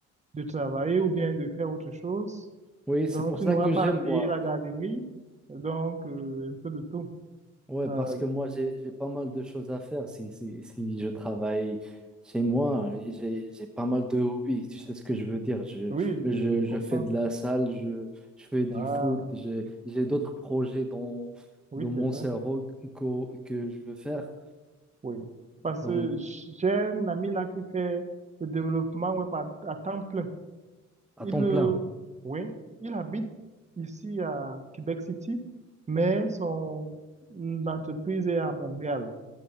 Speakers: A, on the right; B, in the centre.
A: de travailler ou bien de faire autre chose.
B: oui, c'est
A: Donc,
B: pour
A: tu
B: ça
A: n'auras
B: que
A: pas
B: j'aime
A: à
B: moi.
A: payer la garderie, donc euh, un peu de tout.
B: Ouais,
A: Ah,
B: parce que moi, j'ai, j'ai pas mal de choses à faire si, si, si je travaille chez moi.
A: voilà.
B: et J'ai, j'ai pas mal de hobbies, tu sais ce que je veux dire. Je,
A: Oui, je,
B: je,
A: je
B: je
A: comprends.
B: fais de la salle, je, je fais du
A: Ah,
B: foot, j'ai, j'ai d'autres projets dans,
A: oui,
B: dans mon
A: c'est vrai.
B: cerveau qu'au- que, je veux faire
A: Oui. Parce
B: dans-
A: que j'ai un ami là qui fait le développement web à, à temps plein.
B: à
A: Il,
B: temps
A: euh,
B: plein.
A: oui, il habite ici à Québec City, mais son entreprise est à Montréal.